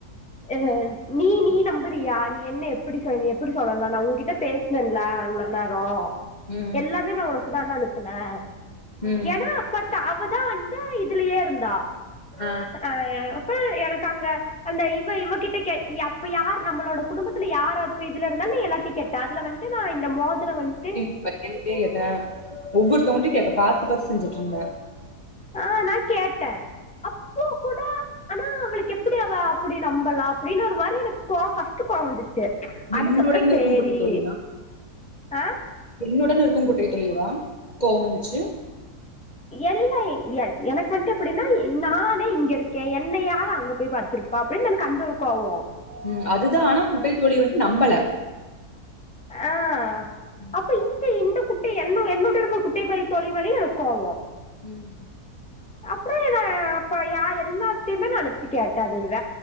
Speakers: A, in the centre; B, on the left.
A: ஆ
B: ம்
A: ஆ நீ நீ நம்புறியா நீ என்ன எப்படி சொ நீ எப்படி சொல்லலா நா உன்கிட்ட பேசுனேன்லா அவ்ளோ நேரோ
B: ம்
A: எல்லாமே நா உனக்கு தான அனுப்புனே
B: ம்
A: ஏனா பட் அவதா வந்ட்டு இதுலயே இருந்தா
B: ஆ
A: ஆ அப்ப எனக்கு அங்க அந்த இவ இவகிட்ட கேக் யப் யார் நம்மளோட குடும்பத்துல யாரு அப்ப இதுல இருந்தாலே எல்லாத்தையு கேட்டா அதுல வந் ட்டு நா இந்த மோதிர வந்ட்டு
B: அவ என்கிட்டயே கேட்டா ஒவ்வொருத்தவுங்கட்டயு கேப்பே பாத்து பாத்து செஞ்சுட்டு இருந்தே
A: ஆ நா கேட்டே அப்போ அப்போ கூட ஆனா அவளுக்கு எப்பிடி அவ அப்பிடி நம்பலா அப்டின்னு ஒரு மாரி எனக்கு கோவ் ஃபஸ் ட்டு கோவோ வந்துச்சு அதுக்கப்புற
B: என்னுடன்
A: சேரி
B: இருக்கும் குட்டை தோழியா
A: ஆ
B: என்னுடன் இருக்கு குட்டை தோழியவா கோவ வந்துச்சு
A: எல்லா <unintelligible> எனக்கு மட்டு இப்டின்னா நானே இங்க இருக்கே என்னை யாரு அங்க போய் பாத்திருப் பா அப்டின்னு எனக்கு அந்த ஒரு கோவோ
B: ம் அதுதா ஆனா குட்டைத்தோழி வந்துட்டு நம்பல
A: ஆ
B: ம்
A: அப்ப இந்த எந்த கு என் என்னோட்டு இருக்க குட்டைம தோழிமேலயு கோவோ
B: ம்
A: அப்புறோ என்ன அப்ப யா எல்லாத்தயுமே நெனச்சு கேட்டா தேவ